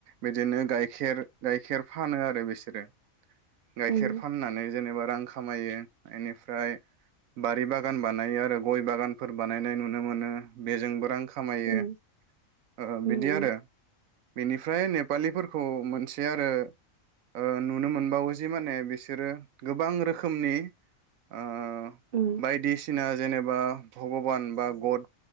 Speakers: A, on the right (about 85°); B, on the right (about 60°).
A: बिदिनो गाइखेर गाइखेर फानो आरो बिसोरो गाइखेर
B: उम
A: फाननानै जेनेबा रां खामायो बेनिफ्राय बारि बागान बानायो आरो गय बागानफोर बानायनाय नुनो मोनो बेजोंबो रां खा खामायो
B: उम
A: ओ
B: उम
A: बिदि
B: उम
A: आरो बेनिफ्राय नेपालिफोरखौ मोनसे आरो ओ नुनो मोनबावो जि माने बिसे बिसोरो गोबां रोखोमनि ओ
B: उम
A: बायदि सि बायदिसिना जेनेबा भगबान बा गड